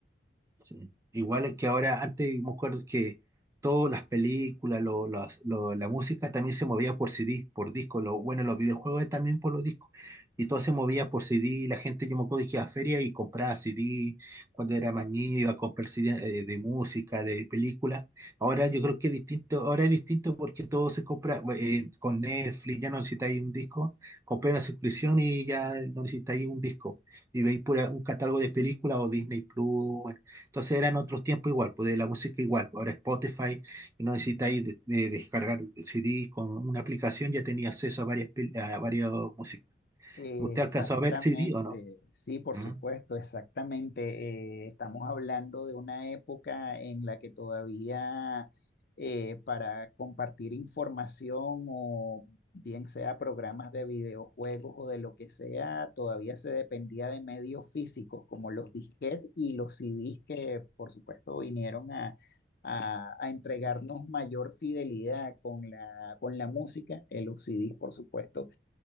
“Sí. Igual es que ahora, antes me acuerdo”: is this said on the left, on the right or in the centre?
Right